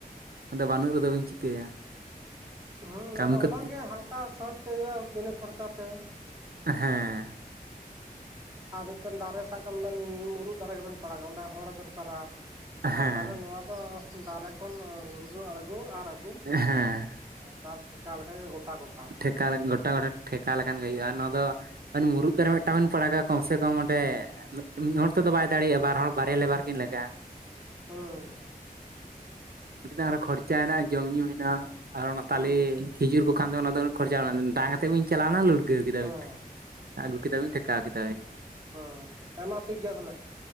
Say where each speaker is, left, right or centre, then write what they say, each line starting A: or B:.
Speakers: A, on the right; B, on the right.
A: ᱟᱫᱚ ᱵᱟᱹᱱᱩᱜ ᱨᱮᱫᱚ ᱵᱤᱱ ᱪᱤᱠᱟᱹᱭᱟ
B: ᱦᱩᱸ
A: ᱠᱟᱹᱢᱤ
B: ᱟᱫᱚ
A: ᱠᱚ
B: ᱚᱱᱟᱜᱮ ᱦᱟᱞᱠᱟ ᱥᱚᱦᱚᱡ ᱛᱮ ᱦᱩᱭᱩᱜ-ᱟ ᱵᱤᱱᱟᱹ ᱠᱷᱚᱨᱪᱟ ᱛᱮ
A: ᱦᱮᱸ
B: ᱟᱨ ᱢᱤᱫᱴᱟᱱ ᱫᱟᱨᱮ ᱥᱟᱵ ᱠᱟᱜ ᱵᱮᱱ ᱢᱩᱨᱩᱫ ᱫᱟᱨᱮ ᱜᱮᱵᱮᱱ ᱯᱟᱲᱟᱜᱟ ᱚᱸᱰᱮ ᱦᱚᱲᱮ ᱫᱚᱨᱠᱟᱨᱟ
A: ᱦᱮᱸ
B: ᱟᱨ ᱛᱟᱦᱞᱮ ᱱᱚᱣᱟ ᱫᱚ ᱫᱟᱨᱮ ᱠᱷᱚᱱ ᱞᱩᱲᱜᱟᱹᱣ ᱟᱬᱜᱚ ᱟᱨ ᱟᱹᱜᱩ
A: ᱦᱮᱸ
B: ᱥᱟᱨ ᱴᱷᱟᱠᱟᱣ ᱞᱮᱠᱷᱟ ᱜᱮ ᱜᱚᱴᱟ ᱜᱚᱴᱟ
A: <unintelligible> ᱜᱚᱴᱟ ᱜᱚᱴᱟ ᱴᱷᱮᱠᱟ ᱞᱮᱠᱟᱱ ᱜᱮ ᱦᱩᱭᱩᱜᱼᱟ ᱱᱚᱣᱟ ᱫᱚ <unintelligible> ᱢᱩᱨᱩᱫ ᱫᱟᱨᱮ ᱢᱤᱫᱴᱟᱝ ᱵᱤᱱ ᱯᱟᱲᱟᱜᱟ ᱠᱚᱢ ᱥᱮ ᱠᱚᱢ ᱚᱸᱰᱮ ᱢᱤ <unintelligible> ᱢᱤᱫ ᱦᱚᱲ ᱛᱮᱫᱚ ᱵᱟᱭ ᱫᱟᱲᱮᱭᱟᱜᱼᱟ ᱵᱟᱨ ᱦᱚᱲ ᱵᱟᱨᱭᱟ ᱞᱮᱵᱟᱨ ᱠᱤᱱ ᱞᱟᱜᱟᱜᱼᱟ
B: <unintelligible>
A: <unintelligible> ᱠᱷᱚᱨᱪᱟ ᱦᱮᱱᱟᱜᱼᱟ ᱡᱚᱢ ᱧᱩ ᱦᱮᱱᱟᱜᱼᱟ ᱟᱨ ᱚᱱᱟ
B: ᱦᱩᱸ
A: ᱛᱟᱞᱮ ᱠᱷᱤᱡᱩᱨ ᱠᱩ <unintelligible> <unintelligible> ᱫᱚ ᱚᱱᱟ ᱫᱚ ᱩᱱᱟᱜ ᱠᱷᱚᱨᱪᱟ ᱰᱟᱝ ᱰᱟᱝᱟᱛᱮᱸ ᱵᱤᱱ ᱪᱟᱞᱟᱣᱱᱟ ᱞᱩᱲᱜᱟᱹᱣ ᱠᱮᱫᱟ
B: ᱦᱮᱸ
A: ᱵᱮᱱ᱾ ᱟᱹᱜᱩ ᱠᱮᱫᱟᱵᱤᱱ ᱴᱷᱮᱠᱟᱣ ᱠᱮᱫᱟᱵᱤᱱ᱾
B: ᱚᱻ ᱦᱮᱸ ᱢᱟ ᱴᱷᱤᱠ ᱜᱮᱭᱟ ᱛᱟᱦᱚᱞᱮ᱾